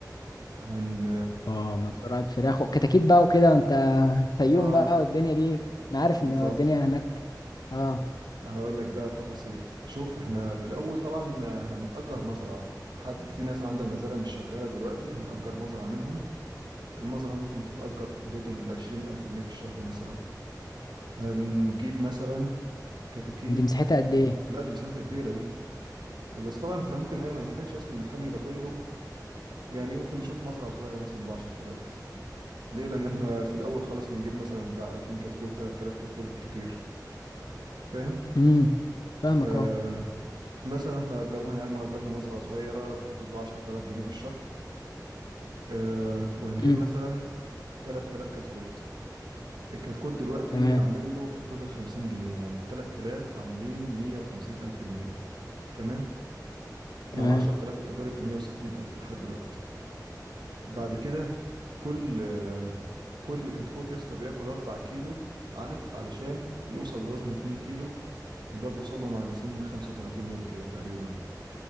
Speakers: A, on the right; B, on the left.
A: هن
B: اه ما زراعة فراخ وكتاكيت بقى وكده انت فيوم
A: اه
B: بقى والدنيا دي انا عارف
A: بالظبط
B: ان الدنيا هناك اه
A: هقول لك بقى التفاصيل شوف احنا في الاول طبعا هنأجر مزرعه حد في ناس عندها مزارع مش شغاله دلوقتي هنأجر مزرعه منهم المزرعه ممكن تتأجر في حدود ال 20000 جنيه في الشهر مثلا هنجيب مثلا كتاكيت
B: دي مساحتها قد ايه
A: لا دي مساحتها كبيرة دي بس طبعا احنا ممكن ايه ما نحتاجش اصلا الحجم ده كله يعني ممكن نشوف مزرعة صغيرة مثلا ب 10000 ليه لان احنا في الاول خالص هنجيب مثلا بتاع 2000 كتكوت 3000 كتكوت بالكتير فاهم
B: امم فاهمك
A: ف
B: اه
A: مثلا احنا اجرنا يا عم اجرنا مزرعة صغيرة في حدود ال 10000 جنيه في الشهر اه وهنجيب
B: امم
A: مثلا 3000 كتكوت الكتكوت دلوقتي
B: تمام
A: عامل له في حدود ال 50 جنيه يعني ال 3000 عاملين 150000 جنيه تمام مع
B: تمام
A: ال 10000 الايجار يبقى 160000 لحد دلوقتي بعد كده كل كل كتكوت يا اسطى بياكل 4 كيلو علف علشان يوصل لوزن 2 كيلو اللي هو بيوصل لهم عند سن 35 يوم كده تقريبا